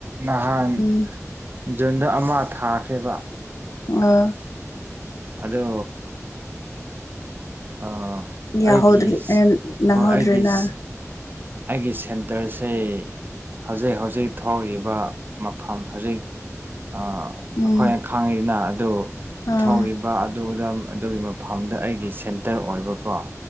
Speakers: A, on the right (about 40°); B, on the left (about 75°).
A: ꯅꯍꯥꯟ
B: ꯎꯝ
A: ꯖꯨꯟꯗ ꯑꯃ ꯊꯥꯈ꯭ꯔꯕ
B: ꯑ
A: ꯑꯗꯣ ꯑ
B: ꯌꯥꯍꯧꯗ꯭ꯔꯤ
A: ꯑꯩꯒꯤꯁ
B: ꯅꯪꯍꯧꯗ꯭ꯔꯦꯅ
A: ꯑꯣ ꯑꯩꯒꯤꯁ ꯑꯩꯒꯤ ꯁꯦꯟꯇꯔꯁꯦ ꯍꯧꯖꯤꯛ ꯍꯧꯖꯤꯛ ꯊꯣꯛꯔꯤꯕ ꯃꯐꯝ ꯍꯧꯖꯤꯛ ꯑꯩꯈꯣꯏꯅ
B: ꯎꯝ
A: ꯈꯪꯉꯤꯗꯅ ꯑꯗꯨ
B: ꯑꯥ
A: ꯊꯧꯔꯤꯕ ꯑꯗꯨꯗ ꯑꯗꯨꯒꯤ ꯃꯐꯝ ꯃꯐꯝꯗ ꯑꯩꯒꯤ ꯁꯦꯟꯇꯔ ꯑꯣꯏꯕꯀꯣ